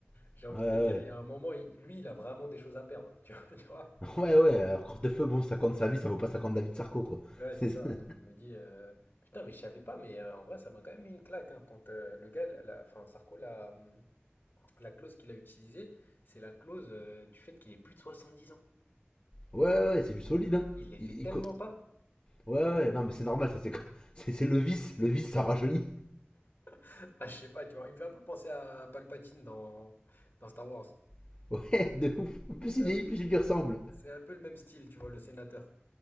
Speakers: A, on the left; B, on the left.
A: euh,
B: j'ai envie
A: ouais,
B: de te dire,
A: ouais.
B: il y a un moment, il- lui, il a vraiment des choses à perdre. <laughs> Tu vois, tu vois.
A: Ouais, <laughs> ouais, alors Hortefeux, bon, 50 sa vie, ça vaut pas 50 David Sarko, quoi.
B: Ouais,
A: <laughs>
B: c'est
A: C'est-
B: ça. Donc, je me dis, euh, putain, mais je savais pas, mais euh, en vrai, ça m'a quand même mis une claque, hein, quand euh, le gars, la, la- enfin, Sarko l'a, La clause qu'il a utilisée, c'est la clause euh, du fait qu'il ait plus de 70 ans.
A: Ouais, ouais, ouais, c'est du solide, hein.
B: Il les fait
A: Il-
B: tellement
A: il
B: pas.
A: Ouais, ouais, non, mais c'est normal, ça, c'est <laughs> c'est le vice. Le vice, ça rajeunit.
B: <laughs> Ah, je sais pas, tu vois, il me fait un peu penser à Palpatine dans, dans Star Wars.
A: <laughs> Ouais, de ouf. Plus
B: C'est
A: il vieillit,
B: un,
A: plus il lui ressemble.
B: c'est un peu le même style, tu vois, le sénateur.